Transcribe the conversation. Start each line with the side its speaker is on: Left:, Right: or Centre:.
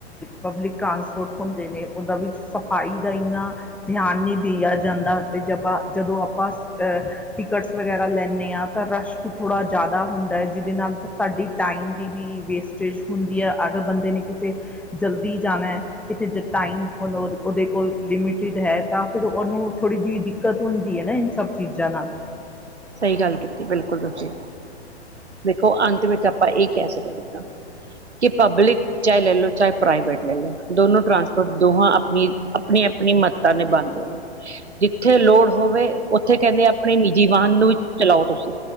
Centre: ਪਬਲਿਕ ਟ੍ਰਾਂਸ ਪੋਟ ਹੁੰਦੇ ਨੇ, ਓਦਾ ਵਿੱਚ ਸਫਾਈ ਦਾ ਈਨਾ ਦੇਆਨ ਨੀ ਦੀਆ ਜਾਂਦਾ ਤੇ ਜਬ ਅ ਜਦੋਂ ਆਪਾਂ ਏ ਟੀਕਟਸ ਵਗੈਰਾ ਲੈਨੇ ਆ ਤਾਂ ਰਸ਼ ਥੋੜਾ ਜਾਦਾ ਹੁੰਦਾ ਐ ਜੀਦੇ ਨਾਲ ਤਾਂ ਸਾਡੀ ਟਾਈਮ ਦੀ ਵੀ, ਵੇਸਟ ਸੇਜ ਹੁੰਦੀ ਐ ਅਗ ਬੰਦੇ ਨੇ ਕਿਸੇ, ਜਲਦੀ ਜਾਣਾ ਐ ਕਿਤੇ ਨਾ ਚ ਟਾਈਮ ਕੋਲੋਂ ਓਦੇ ਕੋਲ ਲਿਮਟਿਡ ਹੈ ਤਾਂ ਫੇਰ ਓਨੂੰ ਥੋੜੀ ਜੀ ਦਿੱਕਤ ਹੁੰਦੀ ਐ ਨਾ ਈ ਸਭ ਚੀਜ਼ਾਂ ਨਾਲ।
Right: ਸਈ ਗੱਲ ਕੀਤੀ ਬਿਲਕੁਲ ਤੁਸੀਂ, ਵੇਖੋ ਅੰਤ ਵਿੱਚ ਆਪਾਂ ਏ ਕੈ ਸਕਦੇ ਆਂ ਕੀ ਪਬਲੀ ਚਾਏ ਲੈ ਲੋ ਚਾਏ ਪ੍ਰਾਈਵੇਟ ਲੈ ਲੋ, ਦੋਨੋ ਟਰਾਂਸਪੋਰਟ ਦੋਹਾਂ ਆਪਣੀ, ਆਪਣੀ-ਆਪਣੀ ਮੱਤਾਂ ਨਿਭਾਣਦੇ ਨੇ। ਜਿਥੇ ਲੋੜ ਹੋਵੇ ਓਥੇ ਕੈਂਦੇ ਆਪਣੀ ਵਾਨ ਨੂੰ ਵੀ, ਚਲਾਓ ਤੁਸੀਂ,